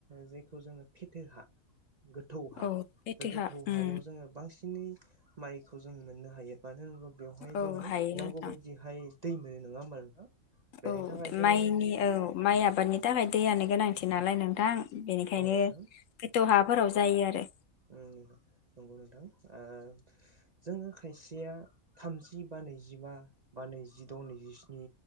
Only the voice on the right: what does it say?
जि खौ जोङो फिथोहा गोथौ हा
बे गोथौ
हायाव जोङो बांसिन। नै माइखौ जोङो मोननो हायो मानो होन बेवहाय
जोङो
नांगौ बायदिहाय। दैनो नोङा होमबा नोंथां। बेनि
थाखाय जोङो
औ नोंथां
उम नुला नंगौ नोंथां ओ जोङो खायसेया थामजि बा नैजिबा बा नैजिद' नैजिस्नि